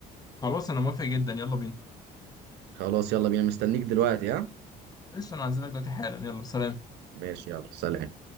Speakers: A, on the left; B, on the right.
A: خلاص انا موافق جدا يلا بينا
B: خلاص يلا بينا مستنيك دلوقتي ها
A: قشطة انا هنزلك دلوقتي حالا يلا سلام
B: ماشي يلا سلام